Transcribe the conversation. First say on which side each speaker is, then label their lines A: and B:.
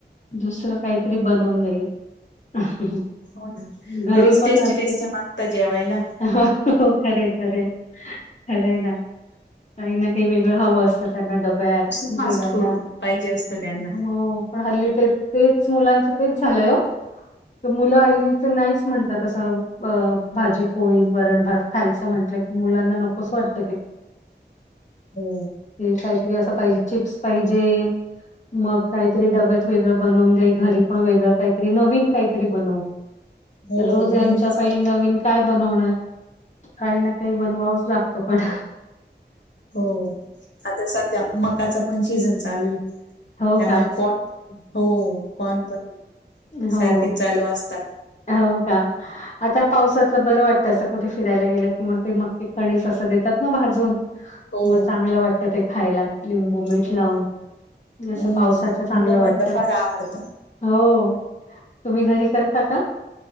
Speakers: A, on the left; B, on the left.
A: दुसरं काहीतरी बनवून देईल.
B: हो ना
A: घरी
B: रोज
A: पण
B: टेस्टी
A: नसले
B: टेस्टी
A: का
B: मागता जेवायला.
A: हो खरे खरे खरं आहे ना काही ना काही वेगळं हवं असतं. तर त्यांना डब्यात
B: नुसतं फास्ट
A: जेवायला
B: फूड पाहिजे असतं त्यांना
A: हो. पण हल्ली ते तेच मुलांचं तेच झालंय. तर मुलं हल्लीच नाहीच म्हणतात अससं अ भाजी पोळी वरण भात खायचं म्हटलंय. मुलांना नकोस वाटत ते.
B: हो
A: हे काहीतरी असं पाहिजे चिप्स पाहिजे. मग काहीतरी डब्यात वेगळं बनवून दे घरी पण वेगळं काहीतरी नवीन काहीतरी बनव.
B: हो
A: रोज यांच्या
B: नवीनच
A: पाय नवीन काय बनवणार काही ना काही बनवावंच लागतं पण.
B: हो आता सध्या मकाचा पण शिजन चालू आहे.
A: हो
B: त्यामुळे
A: का?
B: कॉन हो कॉनप
A: हो.
B: सारखे चालू असतात.
A: हो का. आता पावसाचं बरं वाटतं असं कुठे फिरायला गेलं की मग ते मग ते कणीस असं देतात ना भाजून
B: हो
A: मग चांगलं वाटतं ते खायला. लिंबू मठ
B: हो
A: लावून असं
B: हम्म
A: पावसाच चांगलं
B: मुलांना
A: वाटत.
B: तर फार आवडतं
A: हो तुम्ही घरी करता का